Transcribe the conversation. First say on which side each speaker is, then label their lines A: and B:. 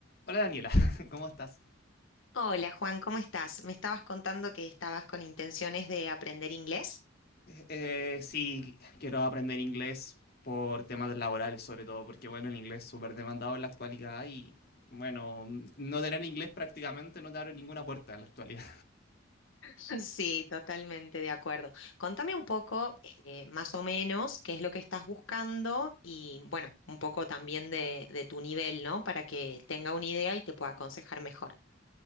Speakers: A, on the left; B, on the left.
A: Hola Daniela, <laughs> ¿cómo estás?
B: Hola Juan, ¿cómo estás? Me estabas contando que estabas con intenciones de aprender inglés.
A: Eh, sí, quiero aprender inglés por temas laborales sobre todo, porque bueno, el inglés es súper demandado en la actualidad y bueno, no tener inglés prácticamente no te abre ninguna puerta en la actualidad.
B: <laughs> Sí, totalmente de acuerdo. Contame un poco, eh, más o menos, qué es lo que estás buscando y, bueno, un poco también de, de tu nivel, ¿no? Para que tenga una idea y te pueda aconsejar mejor.